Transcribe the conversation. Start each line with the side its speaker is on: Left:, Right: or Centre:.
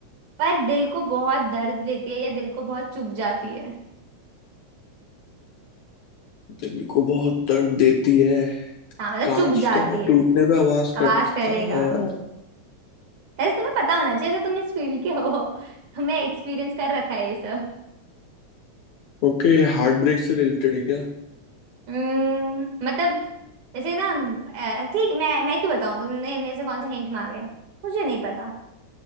Right: पर दिल को बहुत दर्द देती है या दिल को बहुत चुभ जाती है
Left: दिल को बहुत दर्द देती है
Right: हाँ मतलब
Left: कांच
Right: चुभ जाती
Left: तो यार
Right: है
Left: टूटने पे आवाज
Right: आवाज
Left: करता
Right: करेगा
Left: है यार
Right: वैसे तुम्हें पता होना चाहिए जैसे तुम इस फील्ड के हो तुम्हें एक्सपीरियंस कर रखा है ये सब
Left: ओके हार्ट ब्रेक से रिलेटेड है क्या
Right: उम्म, मतलब जैसे ना अ, ठीक मैं मैं क्यों बताऊं तुमने मेरे से कौन सा हिंट मांगा है मुझे नहीं पता